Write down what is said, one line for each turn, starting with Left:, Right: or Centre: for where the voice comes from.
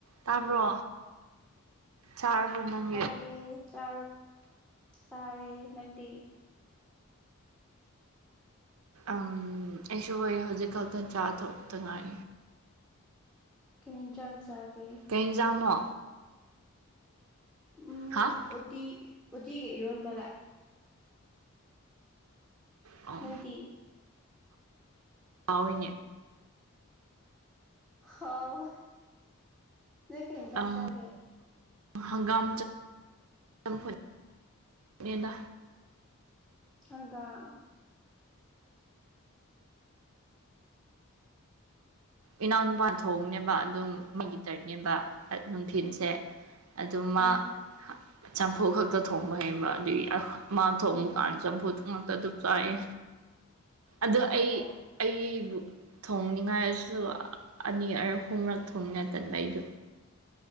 Right: ꯇꯥꯕ꯭ꯔꯣ ꯆꯥꯔꯕ ꯅꯪ
Centre: ꯇꯥꯏꯌꯦ ꯆꯥ ꯆꯥꯔꯦ ꯅꯪꯗꯤ
Right: ꯑꯩꯁꯨ ꯍꯣꯏ ꯍꯧꯖꯤꯛ ꯈꯛꯇ ꯆꯥ ꯊꯣꯛꯇꯉꯥꯏ
Centre: ꯀ ꯆꯜꯁꯒꯦ
Right: ꯀꯩꯖꯥꯝꯃꯣ
Centre: ꯎꯝ
Right: ꯍꯥ
Centre: ꯎꯇꯤ ꯎꯇꯤꯒ ꯏꯔꯣꯟꯕꯒ꯫
Right: ꯑꯣ
Centre: ꯅꯣꯏꯗꯤ꯫
Right: ꯍꯥꯎꯋꯤꯅꯦ꯫
Centre: ꯍꯥꯎ ꯅꯣꯏ ꯀꯩ ꯏꯟꯖꯥꯡ
Right: ꯑꯥ
Centre: ꯆꯥꯒꯦ꯫
Right: ꯍꯪꯒꯥꯝ ꯆꯥꯝꯐꯨꯠ ꯅꯦꯗ꯫
Centre: ꯍꯪꯒꯥꯝ꯫
Right: ꯏꯅꯥꯎ ꯅꯨꯨꯄꯥ ꯊꯣꯡꯕꯅꯦꯕ ꯑꯗꯨꯝ ꯃꯒꯤꯇꯔꯅꯦꯕ꯫ ꯅꯨꯡꯊꯤꯤꯟꯁꯦ ꯑꯗꯨ ꯃꯥ
Centre: ꯎꯝ
Right: ꯆꯥꯝꯐꯨꯠ ꯈꯛꯇ ꯊꯣꯡꯕ ꯍꯩꯕ ꯑꯗꯨꯒꯤ ꯃꯥ ꯊꯣꯡꯕ ꯀꯥꯟ ꯆꯝꯐꯨꯠ ꯉꯥꯛꯇ ꯑꯗꯨꯝ ꯆꯥꯏꯌꯦ ꯑꯗꯣ ꯑꯩ
Centre: ꯑꯣ ꯑꯣ
Right: ꯑꯩꯕꯨ ꯊꯣꯡꯅꯤꯡꯉꯥꯏ ꯁꯨ ꯑꯅꯤꯔꯛ ꯑꯍꯨꯝꯔꯛ ꯊꯣꯡꯉꯦ ꯇꯟꯕ ꯑꯩꯁꯨ